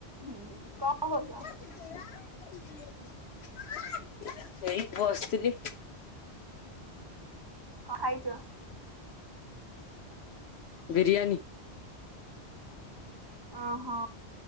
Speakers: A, on the right (about 20°); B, on the left (about 70°).
A: ହୁଁ କଣ କହୁଛ?
B: ନା <inaudible> <inaudible> ସେଇ ବସିଥିଲି।
A: କଣ ଖାଇଛ?
B: ବିରିୟାନୀ।
A: ଓହୋ